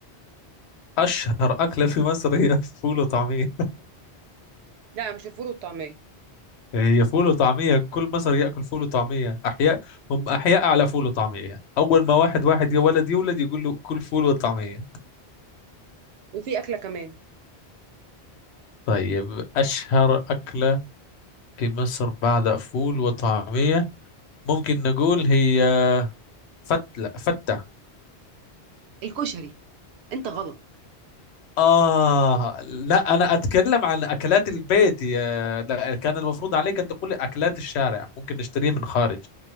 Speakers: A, on the left (about 75°); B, on the right (about 75°).
A: أشهر أكلة في مصر هي <laughs> فول وطعمية
B: لا مش الفول والطعمية
A: هي فول وطعمية كل مصر يأكل فول وطعمية أحياء هم أحياء على فول وطعمية أول ما واحد واحد يا ولد يولد يقول له كل فول وطعمية
B: وفي اكلة كمان
A: طيب أشهر أكلة في مصر بعد فول وطعمية ممكن نقول هي فتلة فتة
B: الكشري انت غلط
A: آه لا أنا أتكلم عن أكلات البيت يا لا كان المفروض عليك أن تقول لي أكلات الشارع ممكن نشتريها من خارج